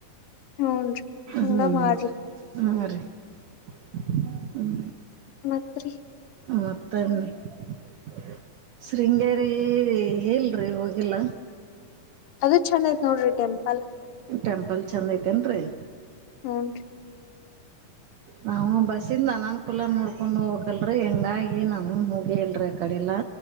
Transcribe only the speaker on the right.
ಹ್ಮ್
ಹಾ ರೀ <inaudible> ಹ್ಮ್
ಮತ್ತನ್ <inaudible> ಶೃಂಗೇರಿ ಎಲ್ ಹೋಗಿಲ್ಲ
ಟೆಂಪಲ್ ಚೆಂದ ಐತೆನ್ರೀ
ನಾವವು ಬಸ್ಸಿಂದ ಅನನ್ಕೂಲ ನೋಡ್ಕೊಂಡು ಹೋಗಕಲ್ರರಿ ಹೆಂಗಾಗಿ ನಾವ ಹಗಿ ಹೇಳಲ್ರಿ ಆ ಕಡೆಲ್ಲಾ